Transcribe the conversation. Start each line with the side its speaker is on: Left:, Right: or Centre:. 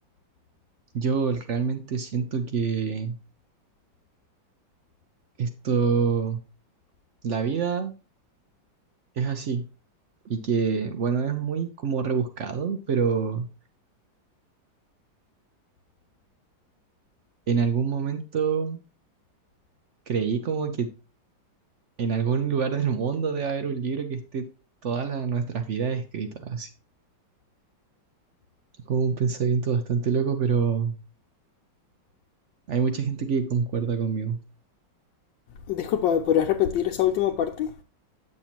Right: yo realmente siento que esto, la vida es así y que, bueno, es muy como rebuscado, pero En algún momento creí como que en algún lugar del mundo debe haber un libro que esté todas las- nuestras vidas escritas, así. Como un pensamiento bastante loco, pero hay mucha gente que concuerda conmigo,
Left: Disculpa, ¿me podrías repetir esa última parte?